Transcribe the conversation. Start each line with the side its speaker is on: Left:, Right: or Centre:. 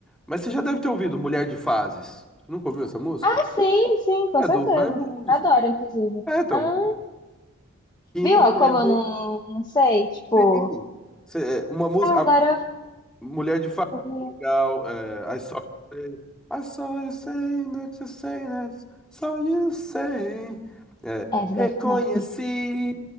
Centre: Mas você já deve ter ouvido Mulher de Fases. Você nunca ouviu essa música?
Left: Ah, sim, sim, com
Centre: É
Left: certeza.
Centre: do Raimundos.
Left: Adoro, inclusive.
Centre: É, então,
Left: Ah,
Centre: Que
Left: viu?
Centre: mulher
Left: ó, Como eu
Centre: ruim,
Left: não, não sei, tipo...
Centre: hein? Cê- é, Uma música.
Left: Ah, agora
Centre: a Mulher de Fato,
Left: eu... vi.
Centre: legal. É, I saw you say. I saw you say that you say that. Saw you say. É,
Left: É, essa
Centre: reconheci.
Left: daí não.